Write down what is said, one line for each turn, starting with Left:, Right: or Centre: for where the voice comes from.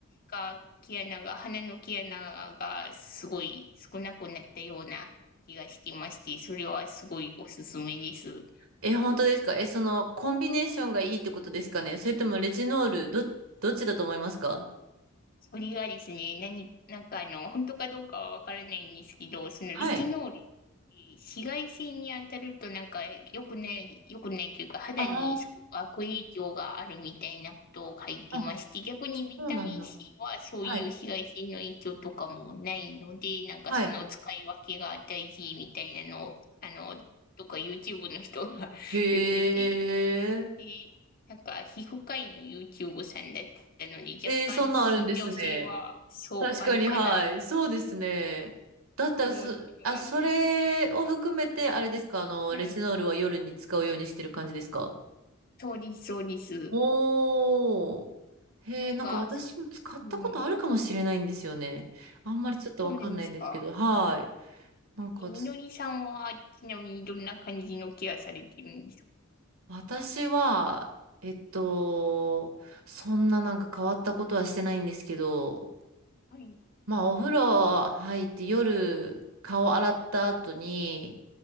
Left: が毛穴が、鼻の毛穴がすごい少なくなったような気がしてまして、それはすごいおすすめです。
Right: え、本当ですかえ、その、コンビネーションがいいってことですかねそれともレジノール、ど、どっちだと思いますか
Left: それがですね、何、なんかあの、本当かどうかはわからないんですけど、そのレチノール、
Right: はい。
Left: 紫外線に当たるとなんか良くない、良くないというか、肌にすごく悪影響があるみたいなことを書いてまして、
Right: ああ。
Left: 逆にビタミン
Right: そうなんだ。
Left: C はそういう紫外線の影響とかもないので、
Right: はい。
Left: なんかその使い分けが大事みたいなのを、
Right: はい。
Left: あの、とか YouTube の人が
Right: へえ。
Left: <laughs> 言ってて、で、なんか、皮膚科医の YouTube さんだったので、
Right: えー、
Left: 若干信憑性は、
Right: そんなんあるんですね。
Left: そう、
Right: 確かに、
Left: あるかな、
Right: はい。
Left: と
Right: そうですね。だったらそ、
Left: 思ってます。
Right: あ、それを含めて、あれですか、あの、
Left: はい。
Right: レチノールは夜に使うようにしてる感じですか
Left: そうです、そうです。
Right: おー。へえ、
Left: なんか、
Right: なんか私も使ったことあるかもしれないんですよね。
Left: そうん。
Right: あんまりちょっとわかんないんですけど、
Left: あ、そうなんですか。
Right: はい。なんかつ、
Left: え、みのりさんは、ちなみにどんな感じのケアされてるんですか
Right: 私は、えっと、そんななんか変わったことはしてないんですけど、
Left: はい、
Right: まあ、お風呂入って夜顔洗った後に、